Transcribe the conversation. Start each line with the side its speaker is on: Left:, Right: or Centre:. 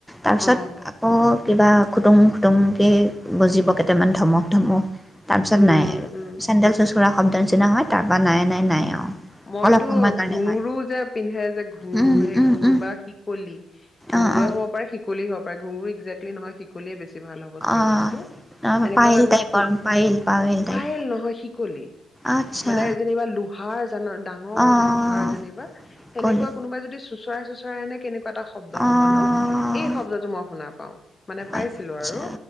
Centre: তাৰপিছত
Left: অ অ
Centre: আকৌ কিবা খুটুং খুটুংকে বজিব কেইটামান ধমক ধমক তাৰপিছত
Left: উম
Centre: নাই আৰু
Left: উম
Centre: চেণ্ডেল চোচোৰা শব্দ নিচিনা হয়, তাৰপৰা নাই নাই নাই আৰু।
Left: মইতো
Centre: অলপ সময়ৰ কাৰণে
Left: ঘুঁঙুৰো
Centre: হয়
Left: যে পিন্ধে যে ঘুঁঙুৰো
Centre: উম
Left: সেই
Centre: উম
Left: ঘুঁঙুৰো
Centre: উম
Left: বা শিকলি ঘুঁঙুৰো
Centre: অঁ অঁ
Left: হব পাৰে শিকলি হব পাৰে, ঘুঁঙৰু একজেক্টলি নহয় শি লিয়ে বেছি ভাল হ'ব চাগে
Centre: অঁ
Left: ৱৰ্ডটো,
Centre: অঁ
Left: এনেকোৱা
Centre: পায়েল
Left: যেনিবা
Centre: টাইপৰ
Left: সু
Centre: পায়েল
Left: অ
Centre: টাইপ
Left: পায়ে'ল নহয় শিকলি
Centre: আচ্ছা
Left: মানে যেনিবা লো হাৰ জানা ডাঙৰ
Centre: অঁ
Left: লোহাৰ যেনিবা, সেনেকোৱা
Centre: ক'লি
Left: কোনোবা যদি চো চোচৰাই চোচৰাই আনে কেনেকোৱা এটা শব্দ হব
Centre: অঁ
Left: ন এই শব্দটো মই শুনা পাওঁ। মানে পাইছিলো
Centre: আচ্ছা
Left: আৰু,